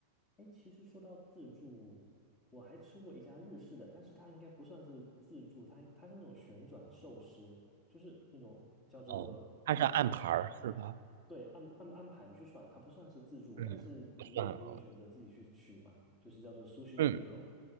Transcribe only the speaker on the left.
哎，其实说到自助，我还吃过一家日式的，但是它应该不算是自助，它它是那种旋转寿司，就是那种叫做苏西，
对，按按按盘去算，它不算是自助，
但是你也可以选择自己去取嘛，
就是叫做 Sushi
Hero，